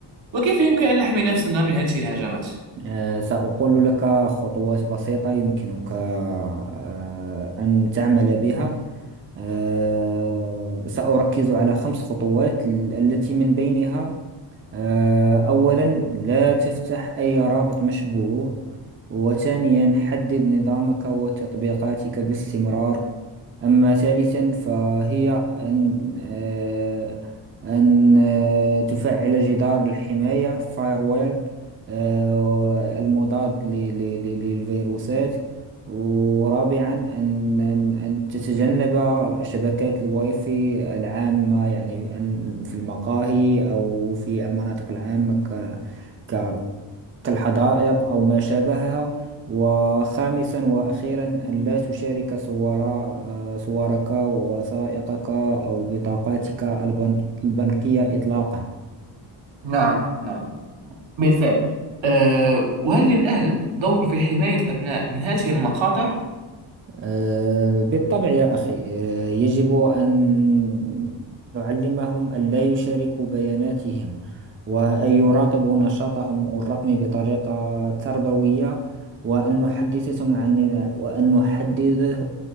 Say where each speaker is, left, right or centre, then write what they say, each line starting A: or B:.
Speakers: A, on the right; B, on the right.
A: وكيف يمكن أن نحمي نفسنا من هذه الهجمات؟
B: آه، سأقول لك خطوات بسيطة يمكنك آه، أن تعمل بها آه، سأركز على خمس خطوات ال- التي من بينها آه، أولا لا تفتح أي رابط مشبوه وثانيا حدد نظامك وتطبيقاتك باستمرار أما ثالثا فهي أن آه، أن آه، تفعل جدار الحماية firewall آه، المضاد ل- ل- ل- للفيروسات ورابعا أن أن أن تتجنب شبكات الواي فاي العامة يعني أن في المقاهي أو في المناطق العامة ك- ك- كالحدائق أو ما شابهها وخامسا وأخيرا أن لا تشارك صور آه، صورك ووثائقك أو بطاقاتك البنك- البنكية إطلاقا
A: نعم نعم بالفعل أه، وهل للأهل دور في حماية الأبناء من هذه المخاطر؟
B: آه، بالطبع يا أخي آه، يجب أن نعلمهم ألا يشاركوا بياناتهم وأن يراقبوا نشاطهم الرقمي بطريقة تربوية وأن نحدثهم عن وأن نحدد